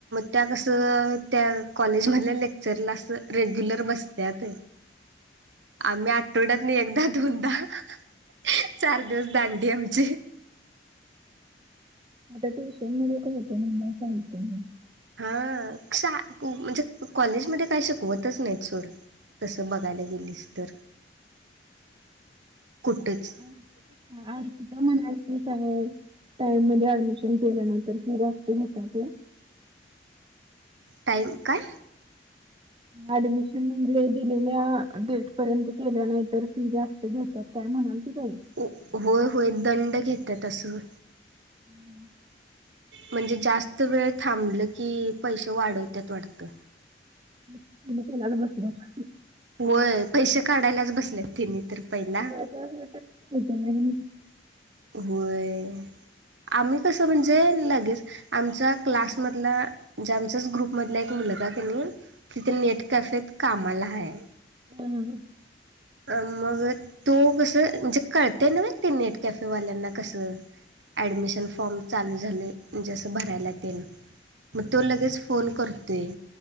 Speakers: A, on the right (about 80°); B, on the right (about 30°).
A: त्या कसं त्या कॉलेजमधल्या लेक्चरला असं रेग्युलर बसत्यात. आम्ही आठवड्यात न एकदा -दोनदा. हां हां. चार दिवस दांडी आमची.
B: आता ट्युशन मध्ये कळतंय म्हणल्यावर चालतंय मग!
A: हां. सा क म्हणजे कॉलेजमध्ये काय शिकवतच नाही सोड. तसं बघायला गेलीस तर, कुठचं!
B: हां, अर्पिता म्हणालती. काय! टाइम मध्ये ऍडमिशन केल्यानंतर फि जास्त घेतात ते.
A: टाइम काय?
B: ऍडमिशन म्हणजे दिलेल्या डेट पर्यंत केलं नाही तर फी जा स्त घेतात काय म्हणालती बाई!
A: उ होय -होय दंड घेतात असं!
B: हं.
A: म्हणजे जास्त वेळ थांबल की, पैसे वाढवत्यात वाटतं.
B: मग, त्यांनी त्यालाच बसल्यात.
A: होय. पैसे काढायलाच बसल्यात त्यांनी तर पहिला.
B: त्याच वर्षात ठीक आहे. नवीन
A: होय. आम्ही कसं म्हणजे लगेच आमचा क्लासमधला, जे आमच्याच ग्रुपमधला एक मुलगा कणी तिथे नेट कॅफेेत कामाला हाय.
B: हं हं.
A: मग, तो कसं म्हणजे कळतंय न्हव ते नेट कॅफेवाल्या कस ऍडमिशन फॉर्म चालू झालंय म्हणजे असं भरायला तेन मग तो लगेच फोन करतोय